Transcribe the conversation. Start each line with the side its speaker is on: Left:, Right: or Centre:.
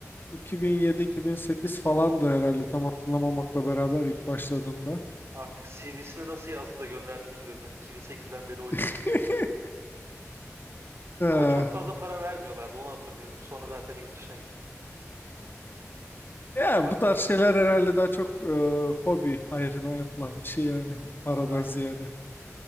Left: 2007-2008 falandı herhalde tam hatırlamamakla beraber ilk başladığımda.
Right: Artık CV'sini nasıl yazdı da gönderdi bilmiyorum. Yani 2008'den beri oynuyorum
Left: <laughs>
Right: dedi ne dedi.
Left: Eh,
Right: Ama çok fazla para vermiyorlardı onu hatırlıyorum. Sonra zaten yurt dışına gitti.
Left: Ya
Right: Devam
Left: bu tarz
Right: et.
Left: şeyler herhalde daha çok eh, hobi hayrına yapılan bir şey yani paradan
Right: Aynen.
Left: ziyade.